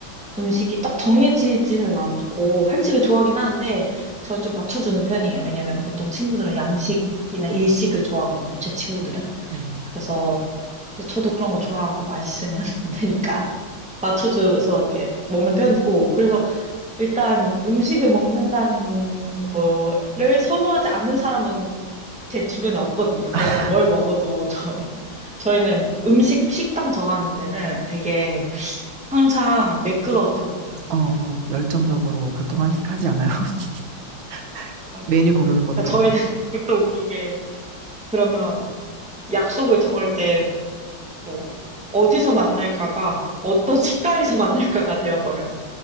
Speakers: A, in the centre; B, on the right.
A: 음식이 딱 정해지지는 않고 한식을 좋아하긴 하는데 저는 좀 맞춰주는 편이에요. 왜냐면
B: 음.
A: 보통 친구들은 양식이나 일식을 좋아하거든요. 제 친구들은.
B: 네.
A: 그래서 근데 저도 그런 거 좋아하고 맛있으면 <laughs> 되니까 맞춰줘서 이렇게 먹는 편이고 그래서 일단 음식을 먹는다는 거를 선호하지 않는 사람은 제 주변에 없거든요.
B: 아,
A: 그래서 뭘 먹어도 저희, 저희는 음식 식당 정하는 데는 되게 항상 매끄러웠던 것 같습니다.
B: 어, 열정적으로 보통 한식 하지 않아요? <laughs>
A: 아,
B: 메뉴 고르는
A: 그러니까
B: 것도.
A: 저희는 <laughs> 또 웃긴 게 그러면 약속을 정할 때 뭐 어디서 만날까가 어떤 식당에서 만날까가 되어버려요.